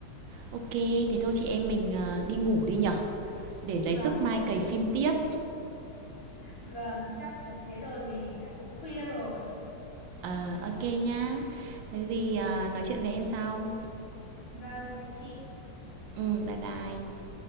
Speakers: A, on the right; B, on the left.
A: ok thì thôi chị em mình ờ, đi ngủ đi nhở để lấy
B: vâng
A: sức mai cày phim tiếp.
B: vâng chắc phải thế thôi vì là cũng khuya rồi
A: Ờ, uh, ok nhá. Có gì, ờ, nói chuyện với em sau.
B: vâng bye chị
A: Ừm, bye bye.